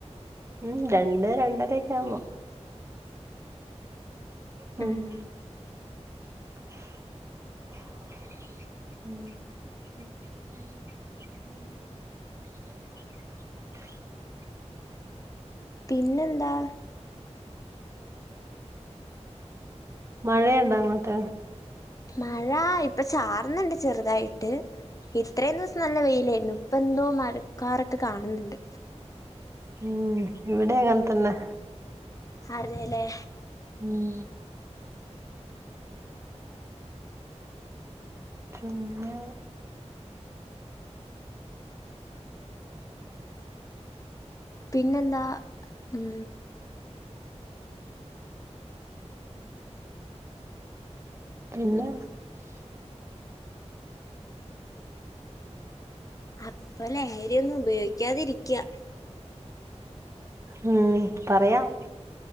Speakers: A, on the right (about 25°); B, on the left (about 30°).
A: ഉം രണ്ട് രണ്ടരക്കെ ആവ്മ്പോ- മ്
B: ഉം
A: <inaudible>
B: പിന്നെന്താ
A: മഴയൊണ്ടോ അങ്ങോട്ട്?
B: മഴ ഇപ്പൊ ചാർന്ന്ണ്ട് ചെർതായിട്ട്- ഇത്രയും ദീസം നല്ല വെയിലായിരുന്നു. ഇപ്പ എന്തോ മഴക്കാറക്ക്- ത്ത് കാണ്ന്ന്ണ്ട്
A: ഉം ഇവിടെ ക തന്നെ
B: അതെ ല്ലേ
A: ഉം പിന്നെ
B: പിന്നെന്താ ഉം
A: പിന്നെ
B: അപ്പളേ അരി ഒന്നും ഉപയോഗിക്കാതിരിക്കാ
A: ഉം പറയാം